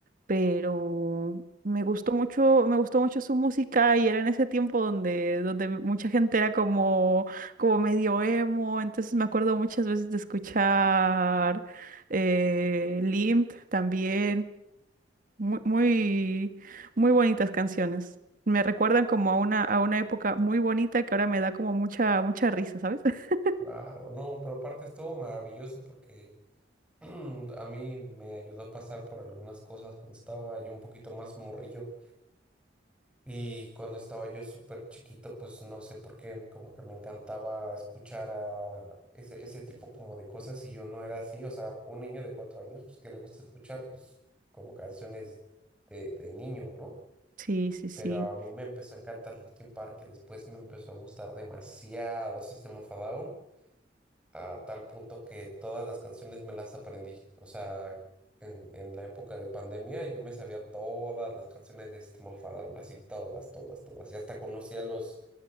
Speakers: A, on the right; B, in the centre.
A: pero me gustó mucho, me gustó mucho su música y era en ese tiempo donde, donde mucha gente era como, como medio emo, entonces me acuerdo muchas veces de escuchar eh, Limp también, muy, muy, muy bonitas canciones. Me recuerdan como a una, a una época muy bonita que ahora me da como mucha, mucha risa, ¿sabes? <laughs>
B: Claro, no, pero aparte estuvo maravilloso porque <clears throat> a mí me ayudó a pasar por algunas cosas cuando estaba yo un poquito más morrillo. Y cuando estaba yo súper chiquito, pues no sé por qué, como que me encantaba escuchar a ese, ese tipo como de cosas y yo no era así, o sea, un niño de cuatro años, pues que le gusta escuchar, pues como canciones de, de niño, ¿no?
A: Sí, sí, sí.
B: Pero a mí me empezó a encantar Linkin Park y después me empezó a gustar demasiado System of a Down a tal punto que todas las canciones me las aprendí. O sea, en, en la época de pandemia yo me sabía todas las canciones de System of a Down, así todas, todas, todas. Y hasta conocía los,